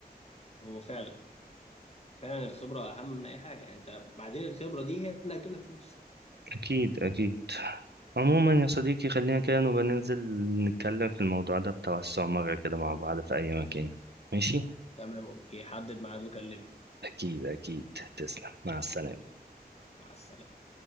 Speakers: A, on the left; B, on the right.
A: هو فعلا فعلا الخبرة أهم من أي حاجة يعني أنت بعدين الخبرة دي هي اللي هتجيب لك فلوس
B: أكيد أكيد عموما يا صديقي خلينا كده نبقى ننزل نتكلم في الموضوع ده بتوسع مرة كده مع بعض في أي مكان ماشي
A: تمام أوكي حدد ميعاد وكلمني
B: أكيد أكيد تسلم مع السلامة
A: أوكي مع السلامة